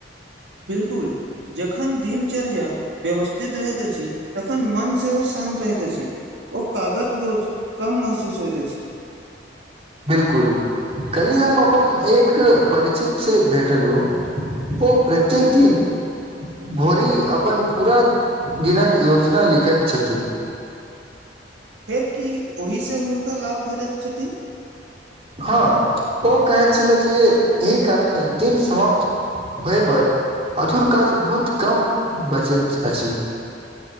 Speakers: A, on the right; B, on the right.
A: बिलकुल जखन दिनचर्या व्यवस्थित रहैत अछि तखन मन सेहो शान्त रहैत अछि। ओ कागज बोझ कम महसूस होइत छी।
B: बिलकुल कलहि हम अपन एक परिचितसँ भेटल हु। ओ प्रत्येक दिन। भोरी अपन पूरा दिनक योजना लिखैत छथिन।
A: फेर की ओहि से हुनका लाभ भरैत छथि।
B: हँ ओ कहैत छल जे एहि कारणे दिन समाप्त। होहिपर अधुर काज बहुत कम बचैत अछि।